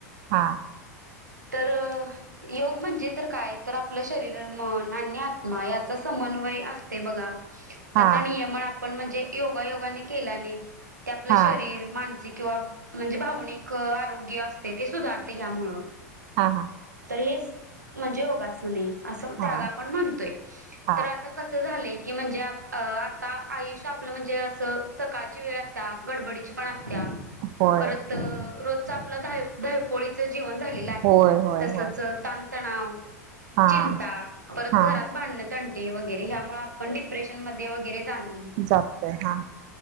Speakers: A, on the right (about 45°); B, on the right (about 85°).
A: हां.
B: तर अ योग म्हणजे तर काय तर आपलं शरीर मन आणि आत्मा याचा समन्वय काई असतय बघा.
A: हा
B: त्याच नियमन आपण म्हणजे योगायोगा केला नाही ते आपलं
A: हा
B: शरीर मा किंवा म्हणजे भावनिक अ आरोग्य असते ते सुधारते ह्यांमुळ.
A: हां हां.
B: रेस म्हणजे योगासने आहे असं
A: हा
B: त्याला पण म्हणतोय
A: हा
B: तर आता कसं झालंय की म्हणजे आ आता आयुष्य आपलं म्हणजे असं सकाळची वेळ असता गडबडीची पण असं त्या
A: होय
B: परत अ रोज च आपल धाय धापांडी पडी जेवन झालेलं आहे
A: होय होय
B: तसंच
A: होय
B: ताणतणाव
A: हा
B: चिंता परत
A: हा
B: घरात भांडणे तंटे वगैरे ह त. ह्यामुळे आपण डिप्रेशनमध्ये हे वगैरे जाणवील.
A: जातय हां.